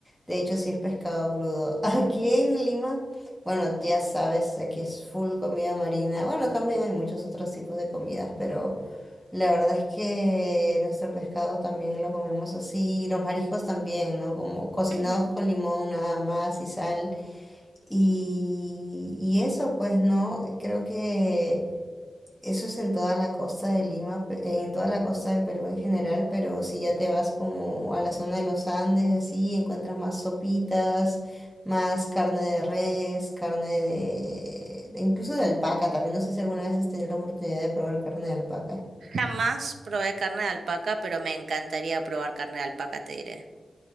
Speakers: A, in the centre; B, on the right.
A: De hecho, sí es pescado crudo. <laughs> Aquí en Lima, bueno, ya sabes, aquí es full comida marina. Bueno, también hay muchos otros tipos de comidas, pero la verdad es que nuestro pescado también lo comemos así, los mariscos también, ¿no? Como cocinados
B: Ujú.
A: con limón nada más y sal. Y, y eso, pues no, creo que eso es en toda la costa de Lima, pe- eh, en toda la costa del Perú en general, pero si ya te vas como a la zona de los Andes y así, encuentras más sopitas, más carne de res, carne de, de- incluso de alpaca, también no sé si alguna vez has tenido la oportunidad de probar carne de alpaca.
B: Jamás probé carne de alpaca, pero me encantaría probar carne de alpaca, te diré.